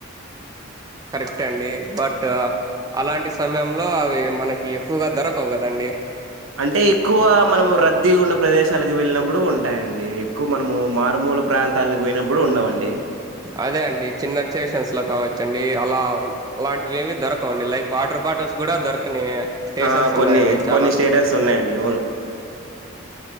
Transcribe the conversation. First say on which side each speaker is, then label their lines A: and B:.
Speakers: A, on the right (about 20°); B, on the right (about 80°).
A: ట్టెండి బట్ అలాంటి సమయంలో అవి మనకి ఎక్కువగా దొరకవు కదండి
B: అంటే ఎక్కువ మనం రద్దీ ఉన్న ప్రదేశాలకు వెళ్ళినప్పుడు ఉంటాయండి. ఎక్కువ మనము మారుమూల ప్రాంతాలకు పోయినప్పుడు ఉండవండి.
A: అదే అండి చిన్న స్టేషన్స్ లో కావచ్చండి అలా అలాంటివి ఏవి దొరకండి లైక్ వాటర్ బాటిల్స్ కూడా దొరకని స్టేషన్స్
B: ఆ కొన్ని
A: ఉన్నాయండి చాలా
B: కొన్ని స్టేటర్స్ ఉన్నాయండి వును